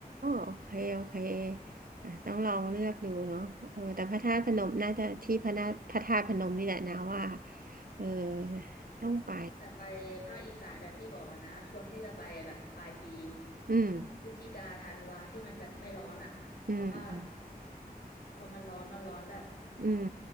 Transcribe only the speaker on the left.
แต่ไปภาคอีสานแบบที่บอกอะนะควรที่จะไปแบบปลายปี
พฤศจิกาธันวาที่มันแบบไม่ร้อนอะเพราะว่า
พอมันร้อนมันร้อนแบบ